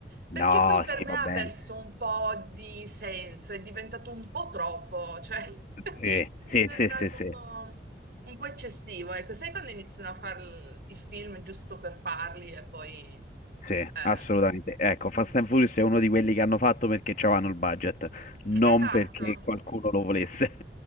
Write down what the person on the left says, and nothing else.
No,
sì,
va
bene.
Sì, sì,
sì, sì, sì,
sì,
assolutamente. Ecco, Fast and Furious è uno di quelli che hanno fatto perché c'avevano il budget, non
perché qualcuno lo volesse.